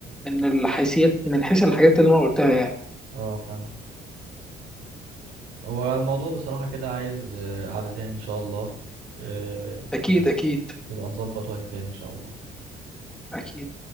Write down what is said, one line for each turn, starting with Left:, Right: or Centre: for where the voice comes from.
Centre: من الحيثيات من حيث الحاجات اللي أنا قلتها يعني
Right: اه فاهم هو الموضوع بصراحة كده عايز آه، قعدة تاني ان شاء الله آه،
Centre: أكيد
Right: يعني
Centre: أكيد
Right: يبقى نظبط وقت تاني ان شاء الله
Centre: أكيد